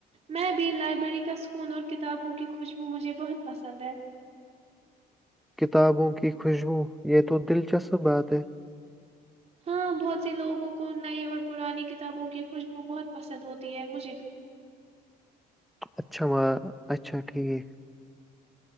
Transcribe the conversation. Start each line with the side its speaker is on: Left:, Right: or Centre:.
Right: میں بھی لائبریری کا سکون اور کتابوں کی خوشبو مجھے بہت پسند ہے
Centre: کتابوں کی خوشبو یہ تو دلچسپ بات ہے
Right: ہاں بہت سے لوگوں کو نئی اور پرانی کتابوں کی خوشبو بہت پسند ہوتی ہے مجھے بھی
Centre: اچھا م اچھا ٹھیک ہے